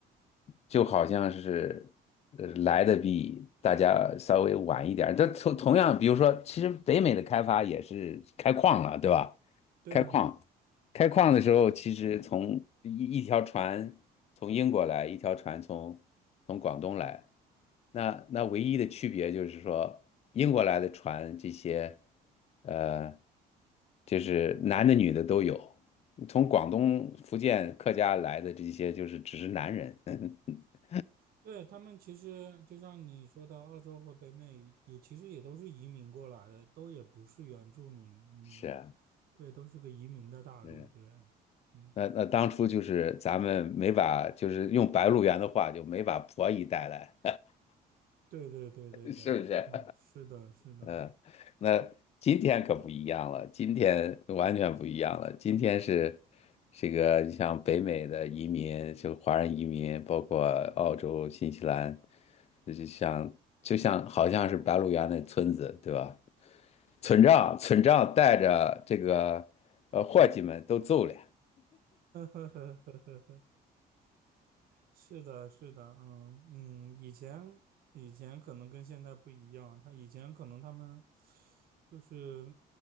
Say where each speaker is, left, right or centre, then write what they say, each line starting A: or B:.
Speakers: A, on the left; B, on the right.
A: 就好像是呃来的比大家稍微晚一点儿。这同同样，比如说，其实北美的开发也是开矿了，对吧？
B: 对啊，
A: 开矿，开矿的时候，其实从一一条船从英国来，一条船从从广东来。那那唯一的区别就是说，英国来的船这些，呃，就是男的女的都有。从广东、福建客家来的这些，就是只是男人。<laughs>
B: 对他们其实就像你说的，澳洲和北美也其实也都是移民过来的，都也不是原住民，嗯，
A: 是啊，
B: 对，都是个移民的大陆，
A: 对。
B: 对啊，嗯，
A: 那那当初就是咱们没把，就是用白鹿原的话，就没把婆姨带来，
B: 对对对对对啊嗯，
A: <laughs> 是不是？
B: 是的，是的，
A: 嗯，那今天可不一样了，今天完全不一样了。今天是这个，你像北美的移民，就华人移民，包括澳洲、新西兰，这就像就像好像是白鹿原那村子，对吧？村长村长带着这个呃伙计们都走了，
B: <laughs> 是的，是的，嗯嗯，以前以前可能跟现在不一样，他以前可能他们就是